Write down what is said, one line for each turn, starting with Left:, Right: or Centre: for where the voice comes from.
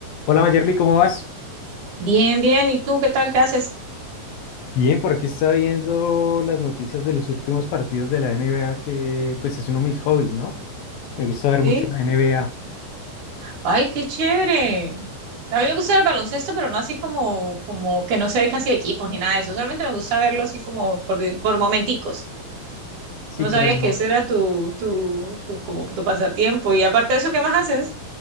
Left: Hola Mayerly, ¿cómo vas?
Right: Bien, bien. ¿Y tú qué tal? ¿Qué haces?
Left: Bien, por aquí estaba viendo las noticias de los últimos partidos de la NBA, que pues es uno de mis hobbies, ¿no? Me gusta ver
Right: Sí.
Left: mucho la NBA.
Right: Ay, qué chévere. A mí me gusta el baloncesto, pero no así como, como que no se ve casi de equipos ni nada de eso. Solamente me gusta verlo así como por, por momenticos.
Left: Sí,
Right: No
Left: claro,
Right: sabía
Left: no.
Right: que ese era tu, tu, tu, como tu pasatiempo. Y aparte de eso, ¿qué más haces?